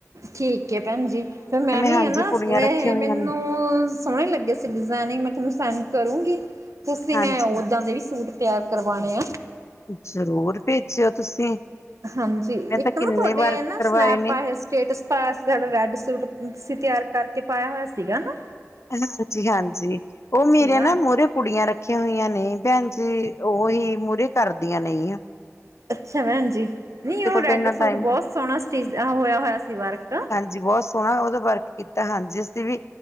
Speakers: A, on the right; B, on the left.
A: ਠੀਕ ਏ ਭੈਣ ਜੀ, ਫੇਰ ਮੈਂ ਵੀ
B: ਹਾਂਜੀ
A: ਅਨਾ
B: ਕੁੜੀਆਂ
A: ਇਹ,
B: ਰੱਖੀਆਂ ਹੋਈਆਂ
A: ਮੇਨੂੰ
B: ਨੇ
A: ਸੋਣੇ ਲੱਗੇ ਸੀ ਡਿਜ਼ਾਇਨਿੰਗ ਮੈਂ ਥੋਨੂੰ ਸੈਂਡ ਕਰੂੰਗੀ ਤੁਸੀਂ
B: ਹਾਂਜੀ
A: ਮੈਂ ਓਦਾਂ ਦੇ ਵੀ ਸੂਟ ਤੇਆਰ ਕਰਵਾਣੇ ਆਂ।
B: ਜ਼ਰੂਰ ਭੇਜੇਓ ਤੁਸੀਂ।
A: ਹਾਂਜੀ,
B: ਮੈਂ
A: ਇਕ
B: ਤਾਂ
A: ਨਾ
B: ਕਿੰਨੇ
A: ਧੋਡੇ
B: ਵਾਰ
A: ਏ
B: ਕਰਵਾਏ
A: ਨਾ ਸਨੈਪ
B: ਨੇ
A: ਪਾਏ ਹੋਏ ਸੀ। ਸਟੇਟਸ ਪਾਏਆ ਸੀ ਥੋਡੇ ਰੈਡ ਸੂਟ ਤੁਸੀ ਤੇਆਰ ਕਰਕੇ ਪਾਏਆ ਹੋਏਆ ਸੀਗਾ ਹਾਂ।
B: ਹਾਂਜੀ ਹਾਂਜੀ ਉਹ ਮੇਰੇ
A: ਸੀਗਾ
B: ਨਾ ਮੂਹਰੇ ਕੁੜੀਆਂ ਰੱਖੀਆਂ ਹੋਈਆਂ ਨੇ ਭੈਨ ਜੀ ਉਹੀ ਮੂਹਰੇ ਕਰਦੀਆ ਨੇ ਗਿਆਂ
A: ਅੱਛਾ ਭੈਣ ਜੀ ਨਹੀਂ ਉਹ ਰੈਡ
B: ਤਾਂ ਇੰਨਾ
A: ਸੂਟ
B: ਟਾਈਮ
A: ਬਹੁਤ ਸੋਹਣਾ ਸਟਿ ਹੋਇਆ ਹੋਇਆ ਸੀ ਵਰਕ
B: ਜੀ ਬਹੁਤ ਸੋਹਣਾ ਉਹਦਾ ਵਰਕ ਕੀਤਾ ਹਾਂਜੀ ਅਸੀਂ ਵੀ